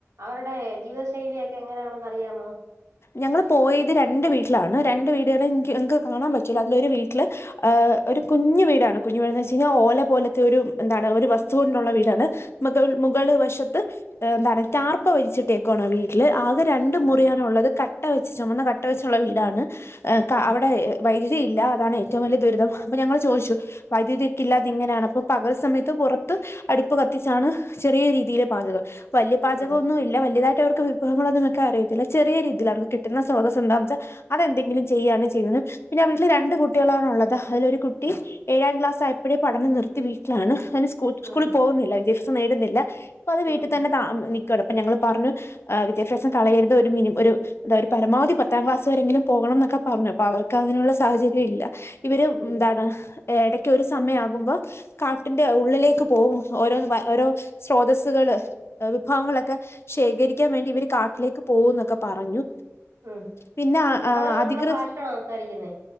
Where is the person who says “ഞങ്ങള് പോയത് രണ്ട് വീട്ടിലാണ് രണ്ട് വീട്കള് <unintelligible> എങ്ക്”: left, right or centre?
Left